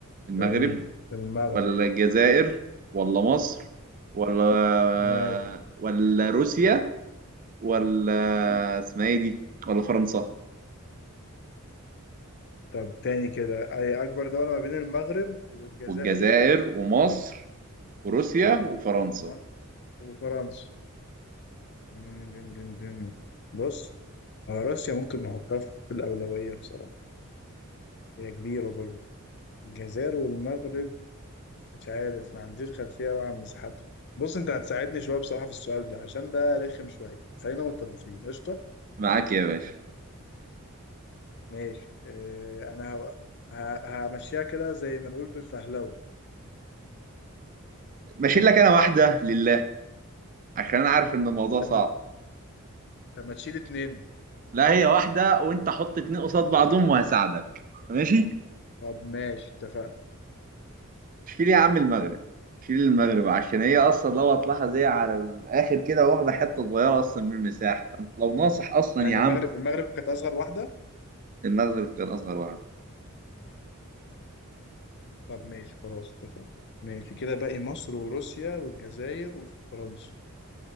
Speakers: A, on the right (about 40°); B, on the left (about 55°).
A: المغرب
B: الم- المغرب
A: ولا الجزائر ولا مصر ولا
B: ماشي
A: ولا روسيا ولا اسمها ايه دي ولا فرنسا
B: طب تاني كده أي أكبر دولة ما بين المغرب والجزائر
A: والجزائر ومصر وروسيا وفرنسا
B: ومصر وفرنسا مم، دن دن دن بص آه، روسيا ممكن نحطها في الأولوية بصراحة هي كبيرة برضه الجزائر والمغرب مش عارف ما عنديش خلفية أوي عن مساحتها بص أنت هتساعدني شوية بصراحة في السؤال ده عشان ده رخم شوية خلينا متفقين قشطة
A: معاك يا باشا
B: ماشي اه أنا ه- ه- همشيها كده زي ما نقول بالفهلوة
A: ماشي لك انا واحدة لله عشان انا عارف ان الموضوع
B: طب
A: صعب
B: طب ما تشيل اتنين
A: لا هي واحدة وانت حط اتنين قصاد بعضهم وهساعدك ماشي
B: طب ماشي اتفقنا
A: شيل يا عم المغرب شيل المغرب عشان هي اصلا لو هتلاحظ هي على الاخر كده واخدة حتة صغيرة اصلا من المساحة فانت لو ناصح اصلا
B: يعني
A: يا عم
B: المغرب المغرب كانت اصغر واحده
A: النصغر كان أصغر واحدة
B: طب ماشي خلاص اتفقنا ماشي كده باقي مصر وروسيا والجزائر وفرنسا